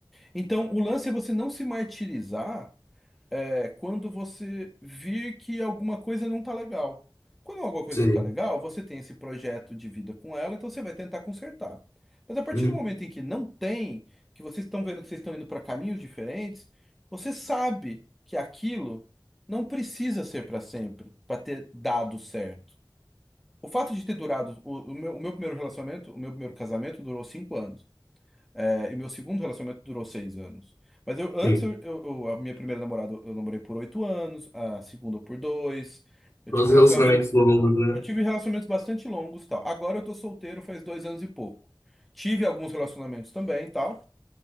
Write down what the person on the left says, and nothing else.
sei.
Uhum,
sim.
Todos
os
relacionamentos longos, né?